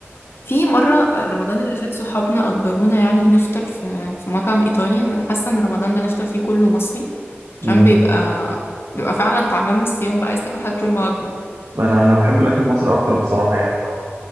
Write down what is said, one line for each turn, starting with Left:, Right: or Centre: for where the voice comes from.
Left: في مرة رمضان اللي فات صحابنا أجبرونا يعني نفطر في في مطعم إيطالي أنا حاسة إن رمضان ده نفطر فيه كله مصري عشان
Right: امم
Left: بيبقى بيبقى فعلا تعبان من الصيام بقى عايز تاكل حاجة ترم بعض
Right: انا انا بحب الاكل المصري اكتر بصراحه يعني انا